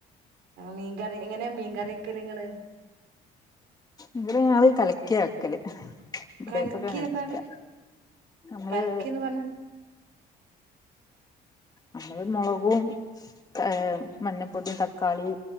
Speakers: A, on the right; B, on the left.
A: ആ മീൻകറി എങ്ങനെയാ മീൻകറി ക്കല് ങ്ങള്
B: ഇവര് ഞള് കലക്കിയ വക്കല് ഇവിടേക്കൊക്കെ
A: കലക്കി
B: അങ്ങനെ
A: പറഞ്ഞാല്
B: വെക്ക നമ്മള്
A: കലക്കിന്ന് പറഞ്ഞാ
B: നമ്മള് മുളകുംകേ മഞ്ഞപ്പൊടി തക്കാളി